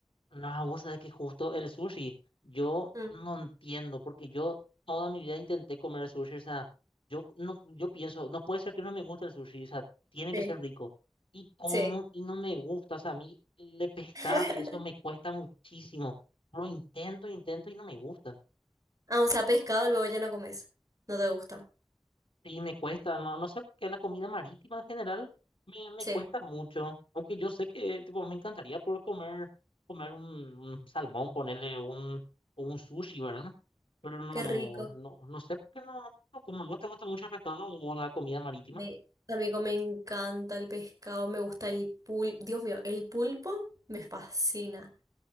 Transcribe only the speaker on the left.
No, vos sabés que justo el sushi, yo
no entiendo, porque yo toda mi vida intenté comer sushi, o sea, yo, no, yo pienso, no puede ser que no me guste el sushi, o sea, tiene
que ser rico. Y como,
y no me gusta, o sea, a mí el de pescado
y eso me cuesta muchísimo. Lo intento, intento y no me gusta.
Sí, me cuesta, no, no sé por qué la comida marítima en general me, me
cuesta mucho. Aunque yo sé que tipo, me encantaría poder comer, comer un, un salmón, ponerle un, o un sushi, ¿verdad? Pero no,
no, no, no sé por qué no, no como no te gusta mucho el pescado o la comida marítima.